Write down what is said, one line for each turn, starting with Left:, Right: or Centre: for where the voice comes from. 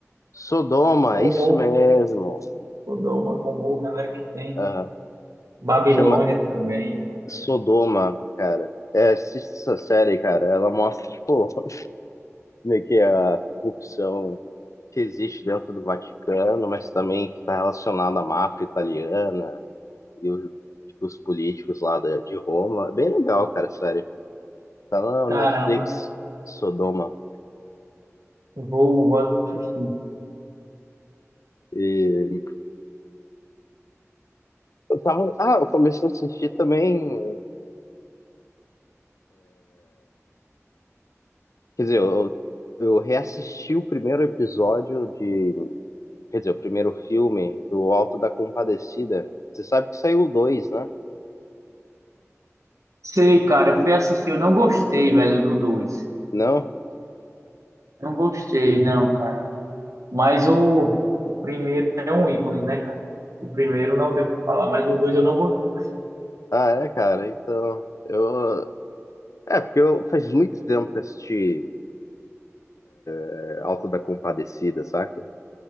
Left: Sodoma,
Right: Gomorra.
Left: é isso mesmo.
Right: Sodoma, Gomorra, né? Que tem.
Left: Aham.
Right: Babilônia
Left: Chama
Right: também.
Left: Sodoma, cara. É, assista essa série, cara. Ela mostra, tipo, <laughs> meio que a corrupção que existe dentro do Vaticano, mas também que está relacionada à máfia italiana e o- tipo, os políticos lá da- de Roma. É Bem legal, cara, sério. Tá na
Right: Caramba.
Left: Netflix, Sodoma.
Right: Vou, vou assistir.
Left: E eu tava. Ah, eu comecei a assistir também. Quer dizer, eu, eu reassisti o primeiro episódio de. Quer dizer, o primeiro filme do Alto da Compadecida. Você sabe que saiu o dois, né?
Right: Sei, cara. Eu fui assistir. Eu não gostei, velho, do dois
Left: Não?
Right: Não gostei, não, cara. Mas o, o primeiro é um ícone, né, cara? O primeiro não tem o que falar, mas o dois eu não gostei.
Left: Ah, é, cara. Então, eu. É, porque eu faz muito tempo que eu assisti é, Alto da Compadecida, saca?